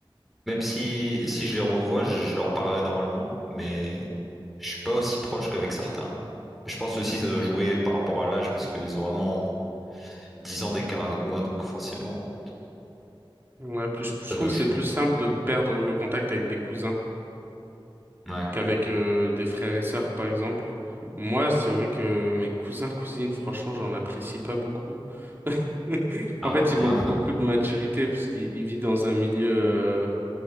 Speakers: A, in the centre; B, on the right (about 25°).
A: Même si, si je les revois, je, je leur parlerai normalement, mais je suis pas aussi proche qu'avec certains. Je pense aussi que ça doit jouer par rapport à l'âge, parce qu'ils ont vraiment 10 ans d'écart avec moi, donc forcément,
B: Ouais, plus, je
A: ça
B: trouve
A: doit
B: que
A: jouer.
B: c'est plus simple de perdre le contact avec des cousins
A: Ouais.
B: qu'avec euh, des frères et sœurs, par exemple. Moi, c'est vrai que mes cousins, cousines, franchement, j'en apprécie pas beaucoup. <laughs>
A: Ah.
B: En fait, il
A: hein.
B: manque beaucoup
A: <laughs>
B: de maturité parce qu'il il vit dans un milieu, euh,